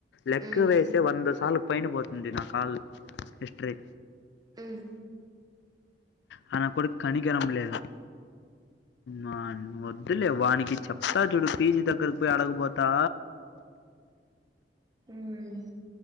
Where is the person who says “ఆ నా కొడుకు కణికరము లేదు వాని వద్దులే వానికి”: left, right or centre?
Left